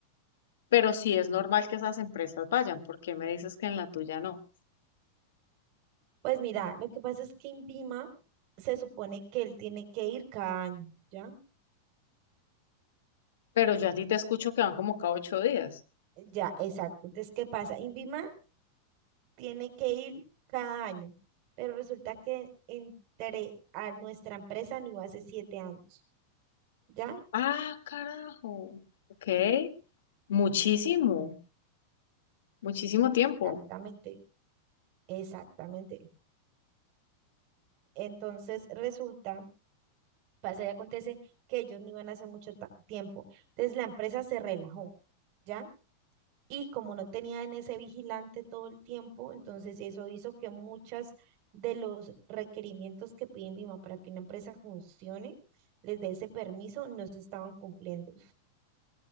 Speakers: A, on the left (about 90°); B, on the right (about 40°).
A: Pero sí es normal que esas empresas vayan, porque me dices que en la tuya no.
B: Pues mira, lo que pasa es que INVIMA se supone que él tiene que ir cada año, ¿ya?
A: Pero yo a ti te escucho que van como cada ocho días.
B: Ya, exacto. Entonces, ¿qué pasa? INVIMA tiene que ir cada año, pero resulta que entré a nuestra empresa no hace siete años, ¿ya?
A: Ah, carajo. Ok. Muchísimo, muchísimo tiempo.
B: Exactamente, exactamente. Entonces resulta, pasa y acontece que ellos no iban hace mucho ta- tiempo, entonces la empresa se relajó, ¿ya? Y como no tenía en ese vigilante todo el tiempo, entonces eso hizo que muchas de los requerimientos que piden BIMA para que una empresa funcione, les dé ese permiso, no se estaban cumpliendo.